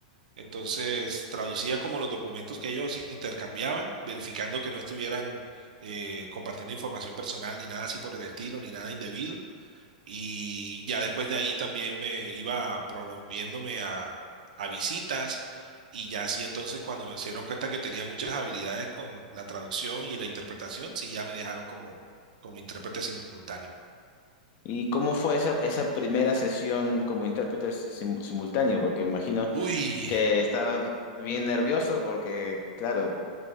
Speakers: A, on the right (about 85°); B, on the left (about 35°).
A: Entonces, traducía como los documentos que ellos intercambiaban, verificando que no estuvieran eh, compartiendo información personal ni nada así por el estilo, ni nada indebido. Y ya después de ahí también me iba promoviéndome a, a visitas y ya así entonces cuando me se dieron cuenta que tenía muchas habilidades con la traducción y la interpretación, sí ya me dejaron como, como intérprete simultáneo.
B: ¿Y cómo fue esa, esa primera sesión como intérprete sim- simultáneo? Porque me imagino
A: Uy,
B: que estabas bien nervioso porque, claro,